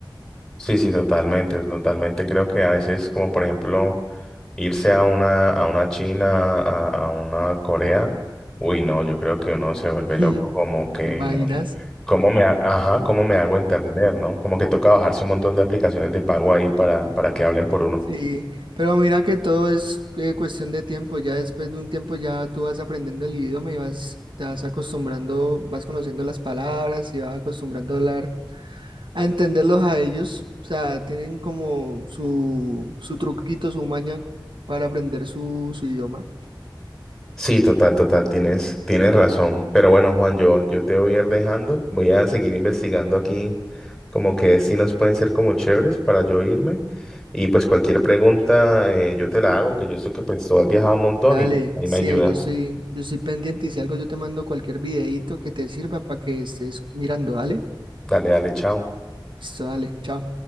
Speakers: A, in the centre; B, on the right.
A: Sí, sí, totalmente, totalmente. Creo que a veces, como por ejemplo, irse a una, a una China, a, a una Corea, uy, no, yo creo que uno se vuelve
B: <laughs>
A: loco,
B: ¿Te
A: como que
B: imaginas?
A: no, cómo me, ha- ajá, cómo me hago entender, ¿no? Como que toca bajarse un montón de aplicaciones de pago ahí para, para que hablen por uno.
B: Sí, pero mira que todo es eh, cuestión de tiempo. Ya después de un tiempo ya tú vas aprendiendo el idioma y vas, te vas acostumbrando, vas conociendo las palabras y vas acostumbrando a hablar, a entenderlos a ellos. O sea, tienen como su, su truquito, su maña para aprender su, su idioma.
A: Sí, total, total, tienes, tienes razón. Pero bueno, Juan, yo, yo te voy a ir dejando. Voy a seguir investigando aquí como que sí nos pueden ser como chéveres para yo irme. Y pues cualquier pregunta eh, yo te la hago, que yo sé que pues tú has viajado un montón
B: Dale,
A: y ahí
B: sí,
A: me ayudas.
B: ahí yo estoy, yo estoy pendiente y si algo yo te mando cualquier videíto que te sirva para que estés mirando. Dale,
A: Dale, dale, chao.
B: listo, dale, chao.